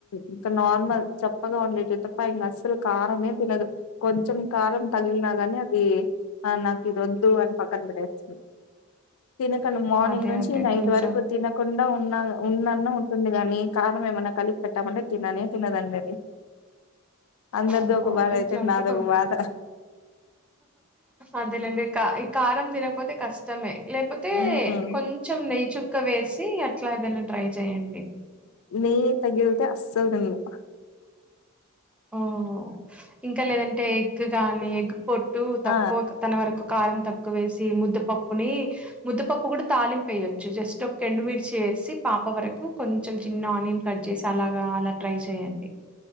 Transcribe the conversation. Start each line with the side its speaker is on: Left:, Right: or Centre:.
Left: ఇంక నార్మల్ చప్పగా ఉండేటివి తప్ప ఇంక అస్సలు కారమే తినదు కొంచెం కారం తగిలిన గానే అది ఆ నాకు ఇది వద్దు అని పక్కన పెట్టేచ్చది తినకండా మార్నింగ్
Centre: అదే
Left: నుంచి
Centre: అదే
Left: నైట్
Centre: కొంచెం
Left: వరకు తినకుండా ఉన్నా ఉన్నాన్న ఉంటుంది కాని కారమేమన్నా కలిపి పెట్టామంటే తిననే తినదండి అది అందరిది
Centre: అబ్బా
Left: ఒక బాధ
Centre: ఎట్ల
Left: అయితే
Centre: ఉంటే
Left: నాదొక
Centre: కొంచెం
Left: బాధ
Centre: అదేలేండి ఈ కారం తినకపోతే కష్టమే లేకపోతే
Left: ఉమ్
Centre: కొంచెం నెయి చుక్క వేసి అట్లా ఏదైనా ట్రై చేయండి
Left: నెయ్యి తగిలితే అస్సల్ తిందు
Centre: ఓ ఇంకా లేదంటే ఎగ్ కాని ఎగ్ పో టు తక్కువ
Left: ఆ
Centre: తన వరకు కారం తక్కువేసి ముద్దపప్పుని ముద్దపప్పు కూడా తాలింపు ఎయ్యొ జస్ట్ ఒక ఎండు మిర్చి వేసి పాప వరకు కొం చెం చిన్న ఆనియన్ కట్ చేసి అలా అలా ట్రై చేయండి